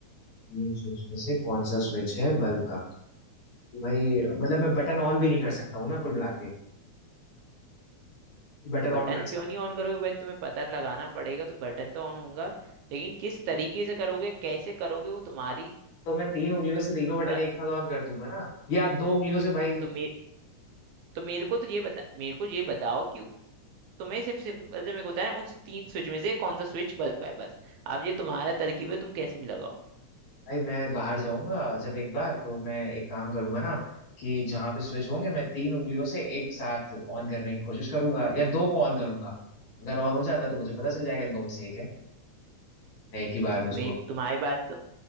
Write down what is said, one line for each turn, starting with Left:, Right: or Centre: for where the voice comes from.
Left: तीन स्विच में से कौन सा स्विच है बल्ब का तो भाई
Right: हम्म
Left: मतलब मैं बटन ऑन भी नहीं कर सकता हूँ ना कुल मिला के बटन
Right: बटन
Left: ऑन कर सकता
Right: क्यों नहीं ऑन करोगे भाई तुम्हें पता लगाना पड़ेगा तो बटन तो ऑन होगा लेकिन किस तरीके से करोगे कैसे करोगे वो तुम्हारी
Left: तो मैं तीन उंगलियों से तीनों
Right: मतलब
Left: बटन एक साथ ऑन कर दूंगा ना या दो उंगलियों से भाई
Right: तो मे तो मेरे को तो ये बता मेरे को ये बताओ कि तुम्हें सिर्फ सिंपल से मेरे को बताया उन तीन स्विच में से कौन सा स्विच बल्ब का है बस अब ये तुम्हारा तरकीब है तुम कैसे भी लगाओ
Left: भाई मैं बाहर जाऊंगा जब एक बार तो मैं एक काम करूंगा ना कि जहां पे स्विच होंगे मैं तीन उंगलियों से एक साथ ऑन करने की कोशिश करूंगा या दो को ऑन करूंगा अगर ऑन हो जाता तो मुझे पता चल जाएगा इन दो में से एक है मैं एक ही बार में
Right: तुम्हें
Left: उसको
Right: तुम्हारे पास तो